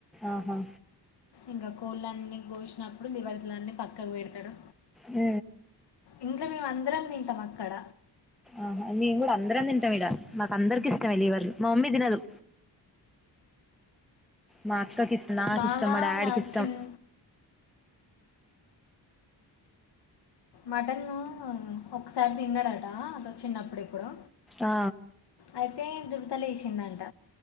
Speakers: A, in the centre; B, on the left.
A: ఆహా
B: ఇంక కోళ్ళన్నీ గోష్ అప్పుడు లివంతులన్నీ పక్కకు పెడతడు
A: ఊ
B: ఇంక మేం అందరం తింటం అక్కడ
A: ఆహా మేం గూడా అందరం తింటాం ఈడ మాకందరికి ఇష్టమే లివర్లు మా మమ్మీ తినదు మా క్కకి ఇష్టం నాకి
B: బాగా
A: ఇష్టం మా డాడీకి ఇష్టం
B: చిన్ మటన్ ఒకసారి తిన్నాడట అదో చిన్నప్పుడెప్పుడో
A: ఆ
B: అయితే దురత లేసిందంట